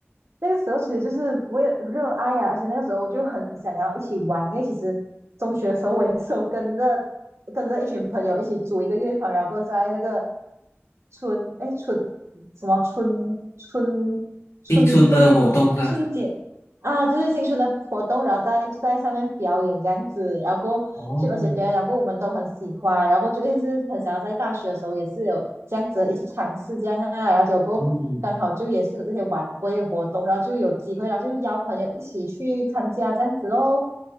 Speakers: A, on the right; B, on the left.
A: 那个时候其实就是为了热爱呀，而且那个时候就很想要一起玩，因为其实中学的时候我也是有跟着跟着一群朋友一起组一个乐团，然后在那个春哎春什么春春春对对春节啊，
B: 青春的活动是吧？
A: 就是新春的活动，然后在就在上面表演这样子，然后过就而且表演，
B: 哦，
A: 然后过我们都很喜欢，然后过就一直很想要在大学的时候也是有这样子的一次尝试这样啊，然后结果过刚好就也是有这些晚会的活动，
B: 嗯，
A: 然后就有机会，然后就邀朋友一起去参加这样子喽。